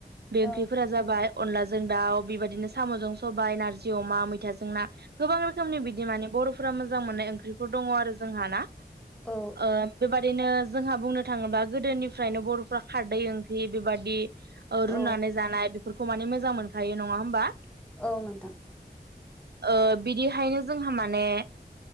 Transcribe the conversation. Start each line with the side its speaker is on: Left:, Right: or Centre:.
Right: बे
Centre: औ
Right: ओंख्रिफोरा जाबाय अनलाजों दाउ बेबायदिनो स सामजों सबाय नारजि अमा मैथाजों ना गोबां रोखोमनि बिदि माने बरफ फोरा मोजां मोननाय ओख्रि दङ आरो जोंहा ना
Centre: औ
Right: ओ बेबायदिनो जोंहा बुंनो थाङोब्ला गोदोनिफ्रायनो बर'फ्रा खारदै ओंख्रि बेबादि ओ रुनानै
Centre: औ
Right: जानाय बेफोरखौ खौ माने मोजां मोनखायो नङा होमबा
Centre: औ नोंथां
Right: ओ बिदिहायनो जोंहा माने